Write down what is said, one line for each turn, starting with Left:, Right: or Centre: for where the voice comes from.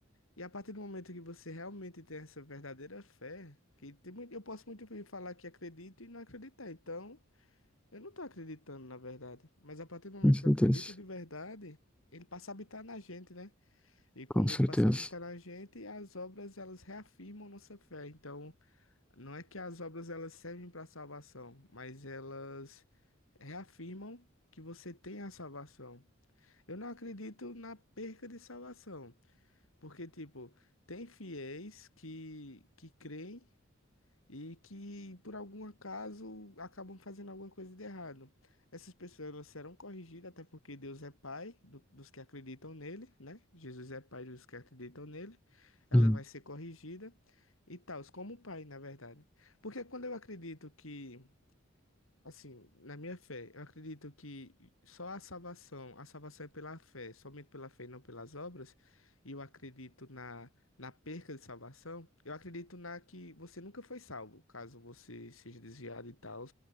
Left: E a partir do momento que você realmente tem essa verdadeira fé, que tem muito, eu posso muito bem falar que acredito e não acreditar. Então, eu não estou acreditando na verdade. Mas a partir do momento
Centre: Com certeza.
Left: que eu acredito de verdade, ele passa a habitar na gente, né? E quando
Centre: Com certeza.
Left: ele passa a habitar na gente, as obras elas reafirmam nossa fé. Então, não é que as obras elas servem para salvação, mas elas reafirmam que você tem a salvação. Eu não acredito na perca de salvação. Porque, tipo, tem fiéis que, que creem e que, por algum acaso, acabam fazendo alguma coisa de errado. Essas pessoas elas serão corrigidas, até porque Deus é Pai do- dos que acreditam nele, né? Jesus é Pai dos que acreditam nele. Ela
Centre: Hum.
Left: vai ser corrigida e tal, como Pai, na verdade. Porque quando eu acredito que Assim, na minha fé, eu acredito que só a salvação, a salvação é pela fé, somente pela fé e não pelas obras. E eu acredito na, na perca de salvação. Eu acredito na que você nunca foi salvo, caso você seja desviado e tal.